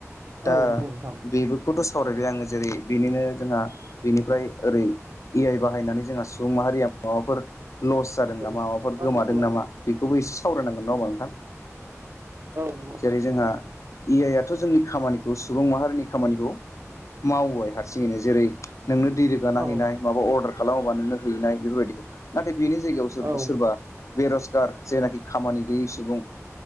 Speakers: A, on the left (about 70°); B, on the right (about 60°).
A: दा
B: औ नंगौ नोंथां
A: बेफोरखौथ' सावरायबाय आङो जेरै बेनिनो जोंहा बेनिफ्राय ओरै ए आइ बाहायनानै जोंहा सुबुं माहारिया माबाफोर लस जादों
B: औ
A: नामा माबाफोर गोमादों
B: नंगौ नोंथां
A: नामा बेखौबो एसे सावरायनांगोन ना होमबा नोंथां?
B: औ नंगौ
A: जेरै जोंहा ए आइ आथ' जोंनि खामानिखौ सुबुं माहारिनि खामानिखौ मावबाय आ सिनो जेरै नोंनो दै रोगाना
B: औ
A: हैनाय माबा अर्डार खालामोबा नोंनो हैनाय बेफोरबायदिखौ नाथाय बेनि जायगायाव
B: औ
A: सोरबा बेरजगार जेनाखि खामानि गैयै सुबुं